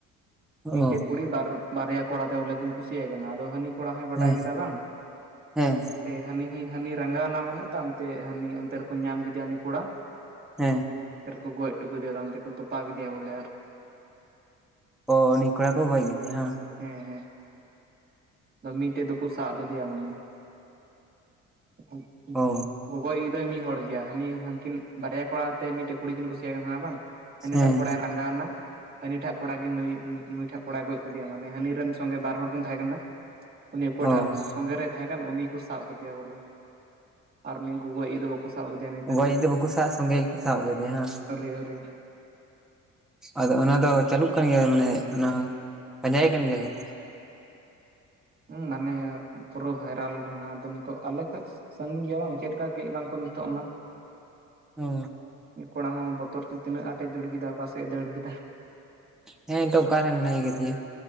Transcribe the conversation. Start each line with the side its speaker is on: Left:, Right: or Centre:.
Centre: ᱚ
Right: ᱢᱤᱫᱴᱮᱡ ᱠᱩᱲᱤ ᱵᱟᱨ ᱵᱟᱨᱭᱟ ᱠᱚᱲᱟᱛᱮ ᱵᱚᱞᱮ ᱠᱤᱱ ᱠᱩᱥᱤᱭᱟᱭ ᱠᱟᱱᱟ ᱟᱫᱚ ᱦᱟᱹᱱᱤ ᱠᱚᱲᱟ ᱦᱚᱭ ᱵᱟᱰᱟᱭ
Centre: ᱦᱮᱸ
Right: ᱠᱮᱫᱟ ᱵᱟᱝ
Centre: ᱦᱮᱸ
Right: ᱛᱮ ᱦᱟᱹᱱᱤ ᱦᱚᱭ ᱦᱟᱹᱱᱤ ᱨᱟᱸᱜᱟᱣᱮᱱᱟ ᱢᱟᱱᱮ ᱛᱟᱭᱚᱢᱛᱮ ᱦᱟᱹᱱᱤ ᱚᱱᱛᱮ ᱨᱮᱠᱚ ᱧᱟᱢ ᱠᱮᱫᱮᱭᱟ ᱩᱱᱤ ᱠᱚᱲᱟ
Centre: ᱦᱮᱸ
Right: ᱚᱱᱛᱮ ᱨᱮᱠᱚ ᱜᱚᱡ ᱦᱚᱴᱚ ᱠᱟᱫᱮᱭᱟ ᱛᱟᱭᱚᱢ ᱚᱱᱛᱮ ᱨᱮᱠᱚ ᱛᱚᱯᱟ ᱠᱮᱫᱮᱭᱟ ᱵᱚᱞᱮ ᱟᱨ
Centre: ᱳ ᱩᱱᱤ ᱠᱚᱲᱟ ᱠᱚ ᱜᱚᱡ ᱠᱮᱫᱮᱭᱟ ᱦᱟᱸᱜ
Right: ᱦᱮᱸ ᱦᱮᱸ ᱢᱤᱫᱴᱮᱡ ᱫᱚᱠᱚ ᱥᱟᱵ ᱞᱮᱫᱮᱭᱟ ᱢᱟᱱᱮ ᱜᱚᱼᱜᱚᱼ
Centre: ᱚ
Right: ᱜᱚᱜᱚᱤᱡ ᱫᱚᱭ ᱢᱤᱫ ᱦᱚᱲ ᱜᱮᱭᱟ ᱦᱟᱹᱱᱤ ᱦᱟᱹᱱᱠᱤᱱ ᱵᱟᱨᱭᱟ ᱠᱚᱲᱟ ᱛᱮ ᱢᱤᱫᱴᱮᱱ ᱠᱩᱲᱤ ᱠᱤᱱ ᱠᱩᱥᱤᱭᱟᱭ ᱠᱟᱱ ᱛᱟᱦᱮᱸ ᱠᱟᱱᱟ ᱵᱟᱝ ᱦᱟᱹᱱᱤ
Centre: ᱦᱮᱸ
Right: ᱴᱟᱜ ᱠᱚᱲᱟᱭ ᱨᱟᱸᱜᱟᱣ ᱮᱱᱟ ᱦᱟᱹᱱᱤ ᱴᱷᱟᱜ ᱠᱚᱲᱟ ᱜᱮ ᱱᱩᱭ ᱱᱩᱭ ᱴᱷᱟᱜ ᱠᱚᱲᱟᱭ ᱜᱚᱡ ᱠᱮᱫᱮᱭᱟ ᱢᱟᱱᱮ ᱦᱟᱹᱱᱤ ᱨᱮᱱ ᱥᱚᱸᱜᱮ ᱵᱟᱨ ᱦᱚᱲ ᱠᱤᱱ ᱛᱟᱦᱮᱸ ᱠᱟᱱᱟ ᱩᱱᱤ ᱚᱠᱚᱭᱴᱟᱜ
Centre: ᱚ
Right: ᱥᱚᱸᱜᱮ ᱨᱮᱭ ᱛᱟᱦᱮᱸ ᱠᱟᱱ ᱩᱱᱤ ᱠᱚ ᱥᱟᱵ ᱠᱟᱫᱮᱭᱟ ᱵᱚᱞᱮ ᱟᱨ ᱩᱱᱤ ᱜᱚᱜᱚᱡᱤᱡ ᱫᱚ ᱵᱟᱹᱠᱩ ᱥᱟᱵ ᱠᱮᱫᱮᱭᱟ ᱱᱤᱛ ᱦᱟᱹᱨᱤᱡ
Centre: ᱜᱚᱡ
Right: ᱛᱮᱦᱚᱸ
Centre: ᱫᱚ ᱵᱟᱠᱚ ᱥᱟᱵ ᱥᱚᱸᱜᱮᱭᱮᱫ ᱠᱚ ᱥᱟᱵ ᱠᱟᱫᱮᱭᱟ ᱦᱟᱸ
Right: ᱟᱹᱣᱨᱤ ᱟᱹᱣᱨᱤ
Centre: ᱟᱫᱚ ᱚᱱᱟ ᱫᱚ ᱪᱟᱹᱞᱩᱜ ᱠᱟᱱ ᱜᱮᱭᱟ ᱢᱟᱱᱮ ᱚᱱᱟ ᱯᱟᱸᱡᱟᱭᱮ ᱠᱟᱱ ᱜᱮᱭᱟ ᱠᱚ
Right: ᱦᱮᱸ ᱢᱟᱱᱮ ᱯᱩᱨᱟᱹ ᱵᱷᱟᱭᱨᱟᱞ ᱮᱱᱟ ᱟᱫᱚ ᱱᱤᱛᱚᱜ ᱟᱞᱮ ᱠᱷᱚᱡ ᱥᱟᱺᱜᱤᱧ ᱜᱮᱭᱟ ᱵᱟᱝ ᱪᱮᱫ ᱞᱮᱠᱟ ᱵᱟᱝ ᱠᱚ ᱱᱤᱛᱚᱜ ᱚᱱᱟ
Centre: ᱦᱚᱻ
Right: ᱩᱱᱤ ᱠᱚᱲᱟ ᱦᱚᱸ ᱵᱚᱛᱚᱨ ᱛᱮ ᱛᱤᱱᱟᱹᱜ ᱟᱴ ᱮ ᱫᱟᱹᱲ ᱠᱮᱫᱟ ᱚᱠᱟᱥᱮᱫ ᱮ ᱫᱟᱹᱲ ᱠᱮᱫᱟ
Centre: ᱦᱮᱸ ᱱᱤᱛᱚᱜ ᱚᱠᱟᱨᱮ ᱢᱮᱱᱟᱭ ᱠᱟᱫᱮᱭᱟ